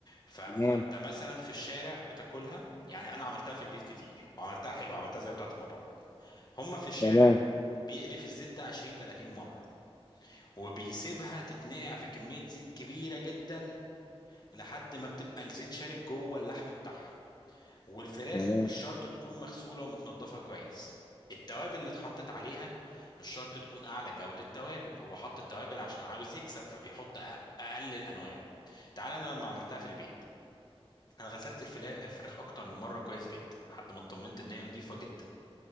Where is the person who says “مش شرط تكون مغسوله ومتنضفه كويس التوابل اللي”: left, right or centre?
Left